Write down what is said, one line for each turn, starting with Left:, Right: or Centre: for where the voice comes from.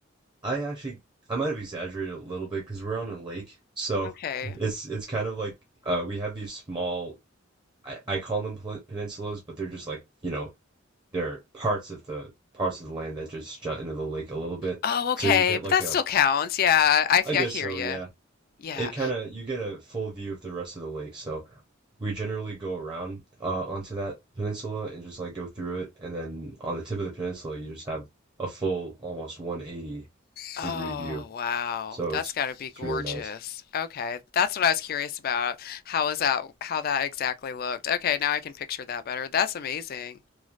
Right: I actually I might have exaggerated a little bit because we're on a lake. So
Left: Okay.
Right: it's it's kind of like uh we have these small I, I call them pen- peninsulas, but they're just like, you know, There are parts of the parts of the land that just jut into the lake a little bit.
Left: Oh, okay.
Right: So you get
Left: But
Right: like
Left: that
Right: a
Left: still counts. Yeah, I,
Right: I guess
Left: I hear
Right: so,
Left: you.
Right: yeah.
Left: Yeah.
Right: It kinda you get a full view of the rest of the lake, so we generally go around, uh, onto that peninsula and just, like, go through it, and then on the tip of the peninsula, you just have a full, almost 180 degree
Left: Oh,
Right: view.
Left: wow.
Right: So
Left: That's
Right: it's
Left: got to be
Right: it's
Left: gorgeous.
Right: really nice.
Left: Okay. That's what I was curious about. How is that, how that exactly looked? Okay, now I can picture that better. That's amazing.